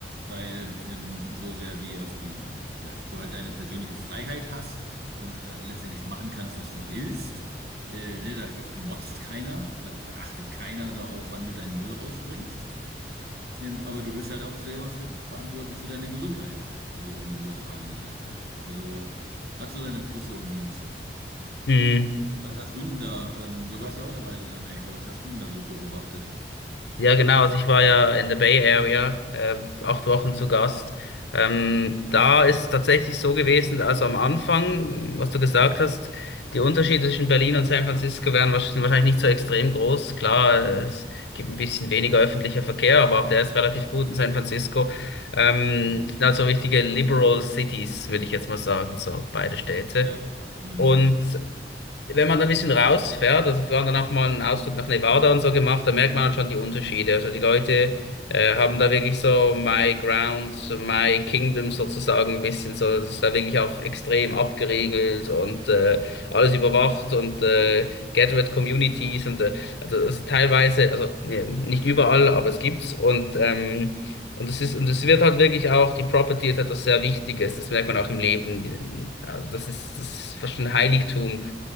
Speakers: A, on the right; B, on the left.
A: Weil ähm, so sehr wie auf die, dass du halt deine persönliche Freiheit hast und äh, letztendlich machen kannst, was du willst, äh, ne, da wird gemotzt keiner, da achtet keiner darauf, wann du deinen Müll rausbringst. <laughs> Ähm, aber du bist halt auch selber für, verantwortlich für deine Gesundheit, äh, im übertragenen Sinne. Also hat so seine Plusse und Minusse.
B: mm.
A: Was hast du denn da? Ähm, du warst ja auch eine Weile in Amerika. Was hast du denn da so beobachtet?
B: Ja, genau. Also ich war ja in der Bay Area, äh, acht Wochen zu Gast. Ähm, da ist tatsächlich so gewesen, also am Anfang, was du gesagt hast, die Unterschiede zwischen Berlin und San Francisco wären wahrsch- sind wahrscheinlich nicht so extrem groß. Klar, äh, es gibt ein bisschen weniger öffentlicher Verkehr, aber auch der ist relativ gut in San Francisco. Ähm,
A: Hm.
B: sind halt so richtige Liberal Cities, würde ich jetzt mal sagen, so beide Städte.
A: Ja. Hm.
B: Und wenn man da ein bisschen rausfährt, also wir haben dann auch mal einen Ausflug nach Nevada und so gemacht, da merkt man dann schon die Unterschiede. Also die Leute äh, haben da wirklich so My Grounds, My Kingdom sozusagen ein bisschen so, das ist da wirklich auch extrem abgeriegelt und äh, alles überwacht und äh, Gated Communities und äh, also das ist teilweise, also nee, nicht überall, aber es gibt's und ähm, Und es ist, und es wird halt wirklich auch, die Property ist etwas sehr Wichtiges, das merkt man auch im Leben. Also das ist, das ist fast ein Heiligtum